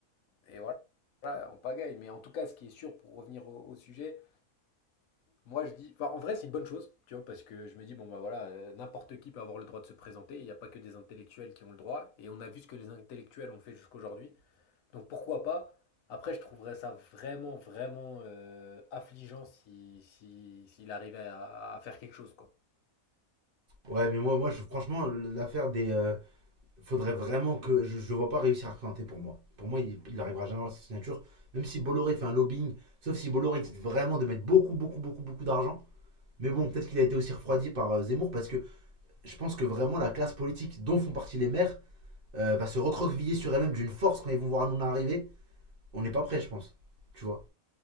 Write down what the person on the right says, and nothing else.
Ouais, mais moi, moi je, franchement, l'affaire des. euh, faudrait vraiment que je ne vois pas réussir à cranter pour moi. Pour moi, il n'arrivera jamais à sa signature. Même si Bolloré fait un lobbying, sauf si Bolloré décide vraiment de mettre beaucoup, beaucoup, beaucoup, beaucoup d'argent. Mais bon, peut-être qu'il a été aussi refroidi par euh, Zemmour parce que je pense que vraiment la classe politique dont font partie les maires euh, va se recroqueviller sur elle-même d'une force quand ils vont voir Hanouna arriver. On n'est pas prêt, je pense. Tu vois